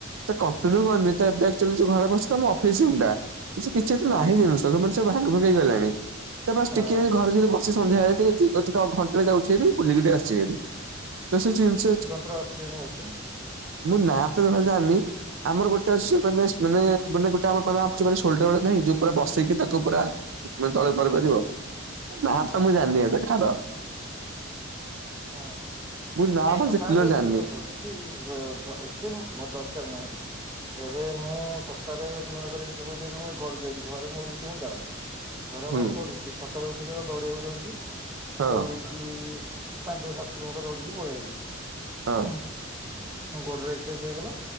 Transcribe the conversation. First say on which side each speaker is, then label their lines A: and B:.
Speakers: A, on the right; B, on the right.
A: ସେ କଣ୍ଟିନ୍ୟୁ କରିନି ଏବେ ଘରେ ବସି ତମ ଅଫିସ ରୁମଟା କିଛି ତ
B: ହଁ
A: ନାହିଁ ଜିନିଷ ତମେ ସେ ଭାଙ୍ଗି ଭୁଙ୍ଗି ଗଲାଣି। ତ ବାସ
B: ହଁ
A: ଟିକେ ଘରେ ଯଦି ବସି ସନ୍ଧ୍ୟାବେଳେ ଟିକେ ଜିମ୍ ଘଣ୍ଟା ଟେ ଯାଉଛି ହେରି। ବୁଲିକି ଟିକେ ଆସୁଛି ହେରି ତ ସେ ଜିନିଷ
B: ତାଙ୍କର ଅଛି ସେଠୀ ମେଶିନ୍।
A: ମୁଁ ନାଁ ତ ଭଲରେ ଜାଣିନି। ଆମର ଗୋଟେ ଅଛି ମାନେ ମାନେ ଗୋଟେ ଆମେ <unintelligible> ଯୋଉ ପୁରା ସୋଲଟର ବାଲା ନାହିଁ ବସେଇକି ତା ତାକୁ ପୁରା ତଳେ ଉପର କରିବ ନା ତ ମୁଁ ଜାଣିନି ଏତ କାହାର।
B: ହଁ
A: ମୁଁ ନା ଭଲସେ
B: ଆଉ ତାହେଲେ
A: କ୍ଲିୟର ଜାଣିନି।
B: ଗୋଟେ ଦେଖ ଏତେ ମ ଦରକାର ନାହିଁ। ଏବେ ମୁଁ ସପ୍ତାହରେ ତିନିରରେ ଏମିତି କହୁଛି ଏ ମୁ ଏ ଘରକୁ ଯଇଛି ଘରେ ମୁଁ ମୁଁ ଯାଉନି <unintelligible> ଘରେ
A: ହୁଁ
B: କଣ କରୁଛି ସକାଳୁ ଉଠିକି ଦୌଡିବାକୁ ଯାଉଛି
A: ହଁ
B: ଦୌଡିକି ପାଞ୍ଚ ସାତ କିଲୋମିଟର ଦୌିଡ଼ିକି ପଳେଇଆଇଲି।
A: ହଁ।
B: ମୋ ଗୋଡ଼ର ଏକ୍ସରସାଇଜ ହେଇଗଲା